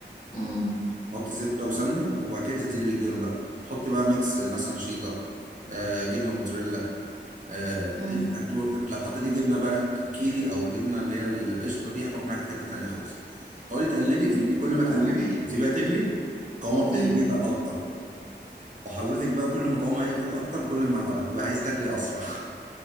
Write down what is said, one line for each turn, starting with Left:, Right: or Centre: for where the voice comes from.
Left: امم
Right: تحطي زبدة وسمنة وبعد كده تنزلي بالجبن بقى تحطي بقى ميكس مثلا شيدر آه جبنة موتزاريلا آه، تنفع
Left: امم
Right: تور- لو حطيتي جبنه بقى ك- كيري او جبنه اللي هي القشطه دي هتروح معاكي في حته تانيه خالص تقعدي تقلبي انت كل ما تقلبي
Left: اه
Right: وتسيبيها تغلي قوامها بتبتدي
Left: امم
Right: يتقل اكتر وحضرتك بقى كل ما قوامها يتقل اكتر كل ما ح- هتبقى عايزه تاكلي اسرع